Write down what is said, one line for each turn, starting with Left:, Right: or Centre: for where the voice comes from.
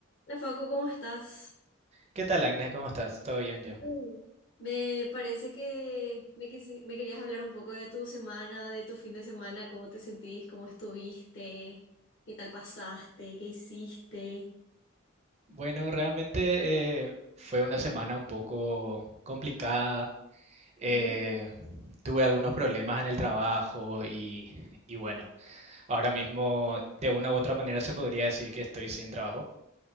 Left: Hola Facu, ¿cómo estás?
Right: ¿Qué tal, Agnes? ¿Cómo estás? ¿Todo bien ya.
Left: Mm. Me parece que me, quisi- me querías hablar un poco de tu semana, de tu fin de semana, cómo te sentís, cómo estuviste, qué tal pasaste, qué hiciste.
Right: Bueno, realmente eh, fue una semana un poco complicada. Eh,
Left: Ujú.
Right: tuve algunos problemas en el trabajo y, y bueno, ahora mismo de una u otra manera se podría decir que estoy sin trabajo